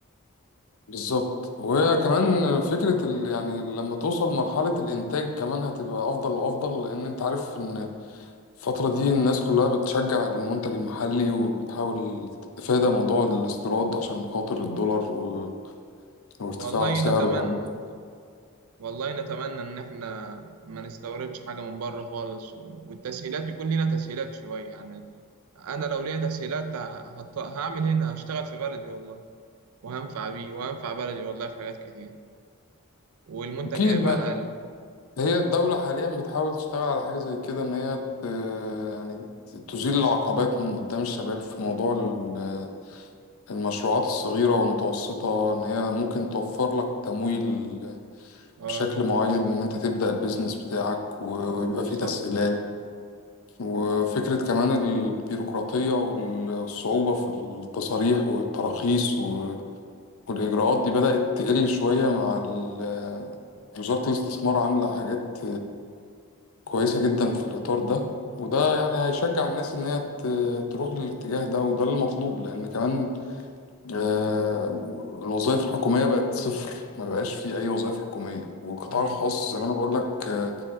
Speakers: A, on the left (about 65°); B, on the right (about 75°).
A: بالظبط وهي كمان فكرة ال يعني لما توصل لمرحلة الإنتاج كمان هتبقى أفضل وأفضل لأن أنت عارف إن الفترة دي الناس كلها بتشجع المنتج المحلي وبتحاول تتفادى موضوع الاستيراد عشان خاطر الدولار و- وارتفاع
B: والله
A: سعره
B: نتمنى
A: يعني
B: والله نتمنى ان احنا ما نستوردش حاجة من بره خالص و- والتسهيلات يكون لنا تسهيلات شوية يعني انا لو ليا تسهيلات ه- هط- هعمل هنا هشتغل في بلدي والله وهنفع بيه وهنفع بلدي والله في حاجات كتير والمنتج
A: أكيد
B: هيبقى اقل
A: هي الدولة حاليا بتحاول تشتغل على حاجة زي كده إن هي ت... يعني تزيل العقبات من قدام الشباب في موضوع ال- المشروعات الصغيرة والمتوسطة إن هي ممكن توفر لك تمويل
B: اه
A: بشكل معين إن أنت تبدأ البيزنس بتاعك و-
B: ما-
A: ويبقى فيه
B: صح
A: تسهيلات وفكرة كمان البيروقراطية والصعوبة في التصاريح والتراخيص و... والإجراءات دي بدأت تقل شوية مع ال... وزارة الاستثمار عاملة حاجات كويسة جدا في الإطار ده وده يعني هيشجع الناس إن هي ت- تروح للاتجاه ده وده اللي مطلوب لأن كمان آه، الوظائف الحكومية بقت صفر ما بقاش في أي وظائف حكومية والقطاع
B: مم.
A: الخاص زي ما أنا بقول لك آه،